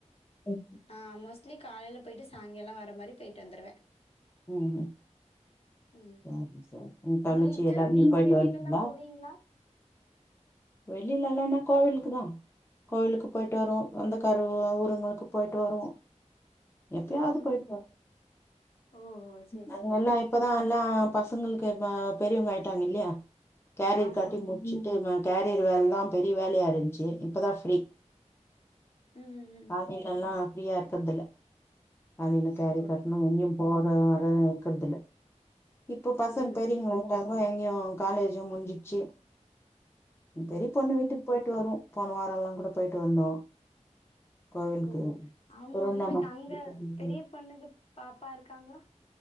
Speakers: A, on the left (about 20°); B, on the left (about 50°).
A: ஓகே
B: ஆ மோஸ்ட்லி காலைல போயிட்டு சாயங்காளோ வர மாரி போயிட்டு வந்துடுவே
A: ம் ம் <inaudible>
B: ம்.
A: உங் தங்கச்சி
B: உங்களுக்கு?
A: எல்லாருமே
B: நீங்க
A: போயிட்டு
B: வெளிலலாம்
A: வருவிங்ளா
B: போவீங்களா?
A: வெளிலல்லா என்னா கோவிலுக்கு தா கோவிலுக்கு போயிட்டு வருவோ வந்து சொந்தக்காரவ ஊருங்களுக்கு போயிட்டு வருவோ எப்பயாது
B: ம்.
A: போயிருக்கோ
B: ஓ சேரி
A: அவ்ங்கெல்லா
B: சேரி
A: இப்பதா எல்லா பசங்களுக்கு ப பெரியவங் ஆயிட்டாங்கில்லயா கேரியர்
B: ஆமாம்
A: கட்டி முட்ச்சுட்டு ம கேரியர் வேல்தா பெரிய வேலயா இருந்ச்சு இப்பதா ஃப்ரீ
B: ம் ம்
A: காலைலல்லா ஃப்ரீயா இருக்கற்தில்ல காலைல கேரியர்
B: ஓ
A: கட்ணு இங்யு போக வர இருக்கற்தில்ல இப்ப பசங்
B: ம்
A: பெரியவ்ங்களாய்ட்டாங்க
B: ம்
A: எங்யு காலேஜு முஞ்சிச்சி ம் பெரிய பொண்ணு வீட்டுக் போய்ட்டு வருவோ போன வாரல்லா கூட போய்ட்டு வந்தோ கோவிலுக்கு
B: ஓ ஆமா
A: திருவண்ணாமலை
B: உங்களுக் அங்க பெரிய பொண்ணுக்கு பாப்பா இருக்காங்ளா